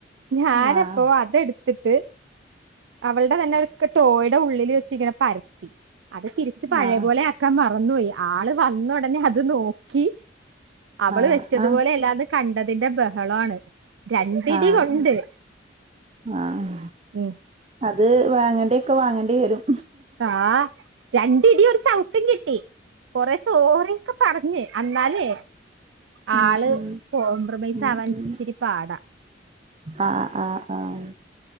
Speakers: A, on the right (about 80°); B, on the right (about 35°).
A: ഞാനപ്പോ
B: ആഹ്
A: അതെടുത്തിട്ട് അവളുടെ തന്നെ ടോയുടെ ഉള്ളിൽ വെച്ച് ഇങ്ങനെ പരത്തി അത് തിരി ച്ച് പഴയ
B: ആഹ് ആഹ്
A: പോലെ ആക്കാൻ മറന്നുപോയി ആള് വന്ന ഉടനെ അത് നോക്കി അവള്
B: ആഹ്
A: വെച്ചതുപോലെ
B: ആഹ്
A: അല്ലാതെ കണ്ടതിന്റെ ബഹളവാണ് രണ്ടിടി
B: ആഹ്
A: കൊണ്ട്
B: ആഹ്
A: ഉം
B: അത് വാങ്ങേണ്ടേക്കെ വാങ്ങേണ്ടി വരും
A: ആഹ് രണ്ടിടി ഒരു ചവിട്ടും കിട്ടി കൊറേ സോറി ക്ക പറഞ്ഞുഅന്നാലേ ആള്
B: ഉം ഉം
A: കോംപ്രമൈസ്
B: ഉം
A: ആവാൻ ഇച്ചിരി
B: ഉം
A: പാടാ
B: ആഹ് ആഹ് ആഹ്